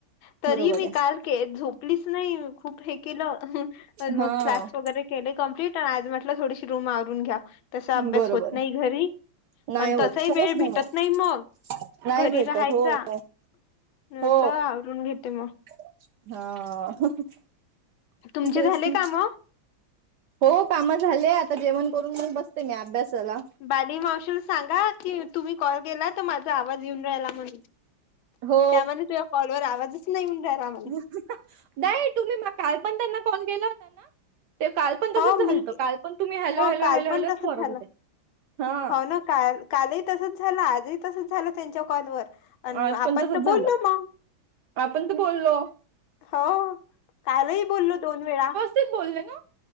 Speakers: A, on the left; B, on the right.
A: तरी
B: बरोबर
A: मी
B: आहे
A: कार के झोपलीच नाही खूप हे केलं पण मग
B: हा
A: क्लास वगैरे केले कं्प्लीट आणि आज म्हटलं थोडीशी रूम आवरून घ्या तसा अभ्यास
B: बरोबर
A: होत नाही घरी
B: नाही
A: पण
B: होत
A: तसाही
B: खरंच
A: वेळ भेटत
B: होत
A: नाही मग
B: नाही
A: घरी
B: भेटत
A: राहायचा
B: हो
A: म म्हटलं
B: हो
A: आवरून घेते मग
B: हा
A: तुमचे
B: प्रस
A: झाले
B: म
A: काम?
B: हो काम झालेय आता जेवण करून मग बसते मी अभ्यासाला
A: बाली मावशला सांगा की तुम्ही कॉल केला तर माझा आवाज येेऊन राहिला म्हण
B: हो
A: त्यामध्ये तुझ्या कॉलवर आवाजच नाही म्हन रायला म
B: नाहीई तुम्ही काल पण त्यांना कॉल केला होता ना ते काल पण तसच
A: हो मी
B: झालतं काल पण तुम्ही हलो
A: हो
B: हॅलो
A: काल
B: हॅलो हॅलोच
A: पण तसच
B: परत
A: झालं.
B: होते हा
A: हो ना काल कालही तसच झालं आजही तसच झा झा त्यांच्या कॉल व
B: आज पण
A: आपण
B: तसच
A: बोललो
B: झालं
A: मग
B: आपण तर बोललो
A: हो कालही बोललो दोन वेळा.
B: ते बोलले ना.